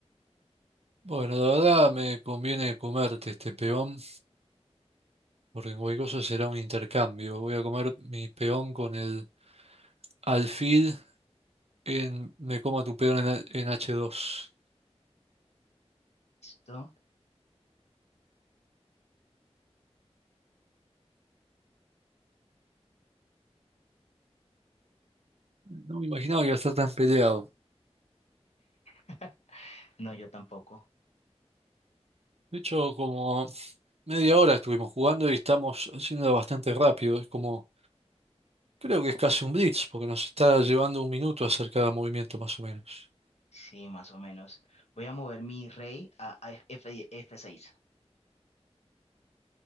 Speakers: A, on the right; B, on the left.
A: Bueno, la verdad me conviene comerte este peón, porque en cualquier cosa será un intercambio. Voy a comer mi peón con el alfil en... Me coma tu peón en, H- en H2.
B: ¿Listo?
A: No me imaginaba que iba a estar tan peleado.
B: <laughs> No, yo tampoco.
A: De hecho, como media hora estuvimos jugando y estamos haciendo bastante rápido. Es como... Creo que es casi un blitz, porque nos está llevando un minuto a hacer cada movimiento más o menos.
B: Sí, más o menos. Voy a mover mi rey a a F, F6.